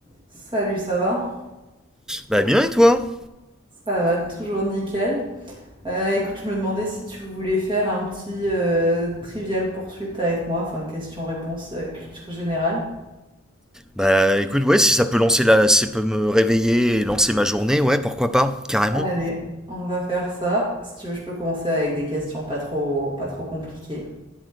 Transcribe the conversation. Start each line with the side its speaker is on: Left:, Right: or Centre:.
Right: Salut, ça va?
Centre: Bah bien et toi?
Right: Ça va, toujours nickel. Euh, écoute, je me demandais si tu voulais faire un petit euh, trivial poursuite avec moi, enfin question-réponse euh, culture générale.
Centre: Bah écoute, ouais, si ça peut lancer la... si ça peut me réveiller et lancer ma journée, ouais, pourquoi pas, carrément.
Right: Allez, on va faire ça. Si tu veux, je peux commencer avec des questions pas trop, pas trop compliquées.